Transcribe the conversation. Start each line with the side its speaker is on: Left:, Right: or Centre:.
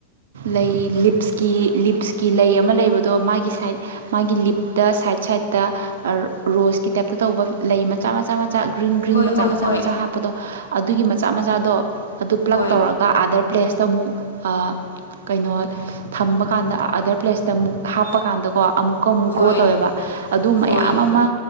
Right: ꯂꯩ ꯂꯤꯞꯁꯀꯤ ꯂꯤꯞꯁꯀꯤ ꯂꯩ ꯑꯃ ꯂꯩꯕꯗꯣ ꯃꯥꯒꯤ ꯁꯥꯏꯠ ꯃꯥꯒꯤ ꯂꯤꯞꯇ ꯁꯥꯏꯠ ꯁꯥꯏꯠꯇ ꯑ ꯔꯣꯁꯀꯤ ꯇꯥꯏꯞꯇ ꯇꯧꯕ ꯂꯩ ꯃꯆꯥ ꯃꯆꯥ ꯆꯥ ꯒ꯭ꯔꯤꯟ ꯒ꯭ꯔꯤꯟ
Left: ꯍꯣꯏ
Right: ꯃꯆꯥ
Left: ꯍꯣꯏ
Right: ꯃꯆꯥ
Left: ꯍꯣꯏ
Right: ꯃꯆꯥ ꯍꯥꯞꯄꯗꯣ ꯑꯗꯨꯒꯤ ꯃꯆꯥ ꯃꯆꯥꯗꯣ ꯑꯗꯨ ꯄ꯭ꯂꯛ
Left: ꯍꯣꯏ
Right: ꯇꯧꯔ ꯑ ꯑꯥꯗꯔ ꯄ꯭ꯂꯦꯁꯇ ꯑꯃꯨꯛ ꯑꯥ ꯀꯩꯅꯣ ꯊꯝꯕ ꯀꯥꯟꯗ ꯑꯗꯔ ꯄ꯭ꯂꯦꯁꯇ ꯑꯃꯨꯛ ꯍꯥꯞꯄꯀꯥꯟꯗꯀꯣ ꯑꯃꯨꯛꯀ ꯑꯃꯨꯛ
Left: ꯍꯣꯏ
Right: ꯒ꯭ꯔꯣ ꯇꯧꯋꯦꯕ ꯑꯗꯨ ꯃꯌꯥꯝ
Left: ꯍꯣꯏ
Right: ꯑꯃ